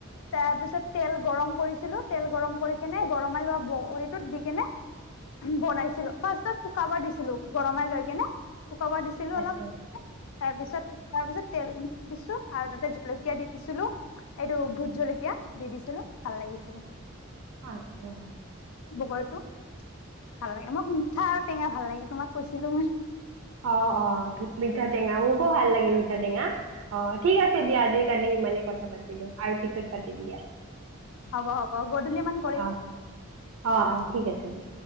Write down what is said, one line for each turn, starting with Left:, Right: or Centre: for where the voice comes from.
Left: তাৰপিছত তেল গৰম কৰিছিলো তেল গৰম কৰি কেনে গৰমাই লোৱা বগৰিটোত দি কেনে বনাইছিলো ফাৰ্ষ্ট ত শুকাব দিছিলো গৰমাই লৈ কেনে শুকাব দিছিলো অলপ
Right: আচ্ছা
Left: তাৰপিছত শুকোৱাৰ পিছত তেল দিছো আৰু তাতে জলকীয়া দি দিছিলো এইটো ভোট জলকীয়া দি দিছিলো ভাল লাগিছিল
Right: আচ্ছা
Left: বগৰীটো ভাল লাগে মোক মিঠা আৰু টেঙা ভাল লাগে তোমাক কৈছিলো মই
Right: অ অ মিঠা টেঙা মোকো ভাল লাগে মিঠা টেঙা অ ঠিক আছে দিয়া আজিৰ কাৰণে ইমানে কথা পাতিলো আৰু পিছত পাতিম দিয়া
Left: হ'ব হ'ব গধূলি মান কৰি
Right: অ' অ'
Left: আহ
Right: অ' ঠিক আছে দিয়া।